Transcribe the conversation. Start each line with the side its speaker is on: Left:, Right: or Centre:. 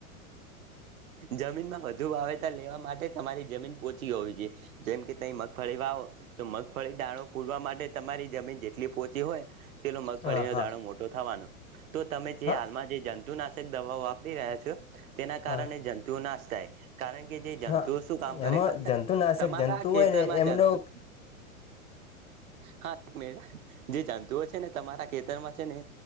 Right: જમીનમાં વધુ વાવેતર લેવા માટે તમારી જમીન પોચી હોવી જોઈએ. જેમ કે તમે મગફળી વાવો તો મગફળી દાળો ફૂલવા માટે તમારી જમીન જેટલી પોચી હોય તેટલો મગફળીનો
Left: હા હા
Right: દાણો મોટો થવાનો. તો તમે જે
Left: હા
Right: હાલમાં જે જંતુનાશક દવાઓ વાપરી રહ્યા છો તેના
Left: હા
Right: કારણે જંત તુંઓ નાશ થાય. કારણ કે જે જંતુઓ
Left: હા
Right: શું કામ કરે
Left: એમાં
Right: ખબર
Left: જંતુનાશક
Right: તમારા
Left: જંતુ
Right: ખેતરમાં
Left: હોય ને એમનો
Right: જતું હા એક મિનટ હા. જે જંતુઓ છે ને તમારા ખેતરમાં છે ને